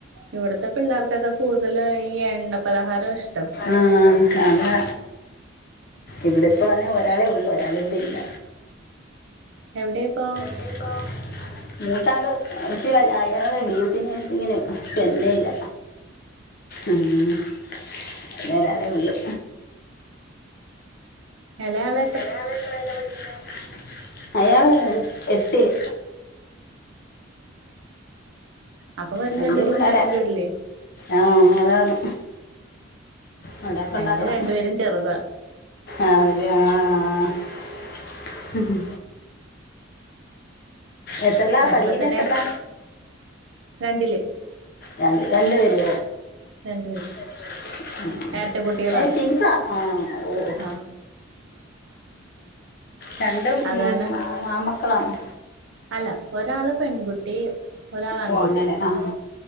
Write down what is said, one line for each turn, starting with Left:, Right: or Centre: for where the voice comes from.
Right: ഇവടത്തെ പിള്ളേർക്കൊക്കെ കൂടുതലും ഈ എണ്ണ പലഹാര ഇഷ്ടം.
Left: ആഹ് അതാ ഇവിട്പ്പൊ തന്നെ ഒരാളെ ഉള്ളു ഒരാളിവിടെ ഇല്ല
Right: എവിടെ ഇപ്പോ
Left: ടെ ഇപ്പോ മൂത്ത ആള് ഇച്ചിരി വല്ല അയാള് ബീഎസ്സി നഴ്സിങ്ങിന് ചെന്നയ്ല ആഹ് അവിടെ ഒരാളെ ഉള്ളു
Right: എളയാള്
Left: എളയാള് എത്രേല പഠിക്ക്ന്നേ അയാള് എട്ടില്
Right: അപ്പൊ വരുമ്പോ
Left: വല്യ
Right: എന്തെങ്കിലും
Left: പിള്ളാര
Right: ഉണ്ടാക്കേണ്ടി വരില്ലേ
Left: ആഹ് അതാണ് വടക്കെ ഇണ്ടാക്കണം
Right: എന്റെ രണ്ടുപേരും ചെറുതാ
Left: ആഹ് ആഹ് എതർലാ
Right: വരുമ്പോ
Left: പഠിക്ക്ന്ന
Right: തന്നെ
Left: എതർല
Right: രണ്ടില്
Left: രണ്ടില് രണ്ട് പേരോ
Right: രണ്ടുപേരും
Left: രണ്ട് പേരും
Right: എരട്ട കുട്ടികളാ
Left: ഏഹ് ട്വിൻസാ ആഹ് ഓഹ്
Right: ആഹ്
Left: രണ്ടും
Right: അത്
Left: ഉം
Right: കാരണം
Left: ആൺമക്കളാന്നൊ
Right: അല്ല ഒരാള് പെൺകുട്ടി ഒരാള് ആൺകുട്ടി
Left: ഓഹ് അങ്ങനെ ആഹ്